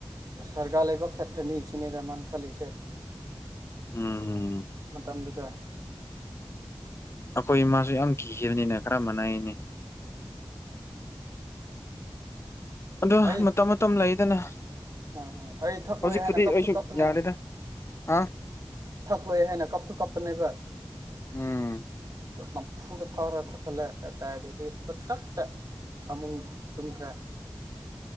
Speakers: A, on the right; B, on the left.
A: ꯁꯔꯒꯥ ꯂꯩꯕꯥꯛ ꯆꯦꯠ ꯈꯔꯅꯤ ꯏꯁꯤꯅꯦ ꯇꯔꯃꯥꯟ ꯈꯜꯂꯤꯁꯦ
B: ꯎꯝꯝ
A: ꯃꯇꯝ ꯃꯇꯝꯥꯡꯗꯨꯗ
B: ꯑꯩꯈꯣꯏ ꯏꯃꯥꯁꯨ ꯌꯥꯝ ꯀꯤꯈꯤꯕꯅꯤꯅ ꯈꯔ ꯃꯅꯥꯏꯅꯦ ꯑꯗꯣ
A: ꯑꯩ
B: ꯃꯇꯝ ꯃꯇꯝ ꯂꯩꯗꯅ
A: ꯍꯣꯏ ꯍꯣꯏ ꯑꯩ ꯊꯛꯂꯣꯏ
B: ꯍꯧꯖꯤꯛꯄꯨꯗꯤ
A: ꯍꯥꯏꯅ ꯀꯞꯁꯨ
B: ꯑꯩꯁꯨ
A: ꯀꯞꯄꯅꯦ
B: ꯌꯥꯔꯦꯗ ꯍꯥ
A: ꯊꯛꯂꯣꯏ ꯍꯥꯏꯅ ꯀꯥꯞꯊꯁꯨ ꯀꯥꯞꯄꯅꯦꯕ
B: ꯎꯝ
A: ꯅꯝꯐꯨꯗ ꯐꯥꯎꯔꯒꯠꯂꯦ ꯑꯗꯨꯗꯥꯏꯗꯨꯗꯤ ꯈꯨꯛꯇꯛꯇ ꯐꯃꯨꯡ ꯇꯨꯝꯈ꯭ꯔ